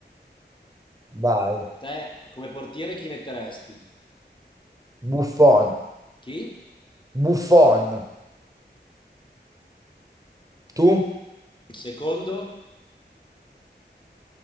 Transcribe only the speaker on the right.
Vai,
Buffon.
Buffon, tu?